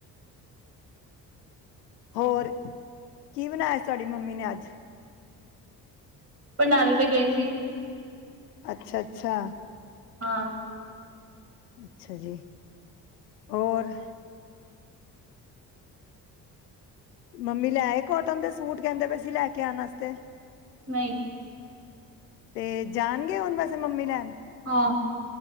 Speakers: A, on the left; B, on the right.
A: ਹੋਰ ਕੀ ਬਣਾਆ ਸ ਤਾਡੀ ਮੰਮੀ ਨੇ ਅੱਜ।
B: ਪਡਾਂਰੇ ਤੇ ਗਏ ਸੀ।
A: ਅੱਛਾ ਅੱਛਾ।
B: ਹਾਂ।
A: ਅੱਛਾ ਜੀ ਹੋਰ ਮੰਮੀ ਲੈੲ ਕੋਟਨ ਦੇ ਸੂਟ ਕੈਂਦੇ ਪੇ ਸੀ ਲੈ ਕੇ ਆਣ ਵਾਸਤੇ।
B: ਨਈ।
A: ਤੇ ਜਾਨਗੇਂ ਹੁਣ ਵੈਸੇ ਮੰਮੀ ਲੈਣ।
B: ਹਾਂ।